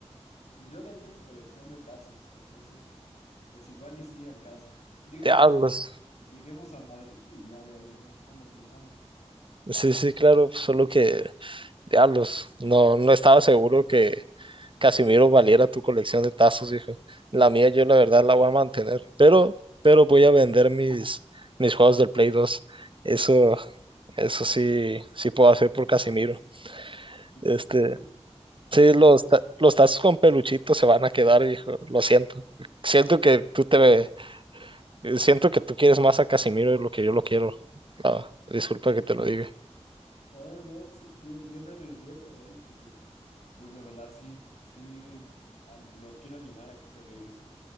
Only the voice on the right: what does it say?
Diablos.
Sí, sí, claro, solo que... Diablos. No, no estaba seguro que Casimiro valiera tu colección de tazos, hijo. La mía yo la verdad la voy a mantener, pero, pero voy a vender mis, mis juegos del Play 2. Eso, eso sí, sí puedo hacer por Casimiro.
Este,
sí,
los, ta- los tazos con peluchito se van a quedar, hijo. Lo siento. Siento que tú te, ve- siento que tú quieres más a Casimiro de lo que yo lo quiero. Ah, disculpa que te lo diga.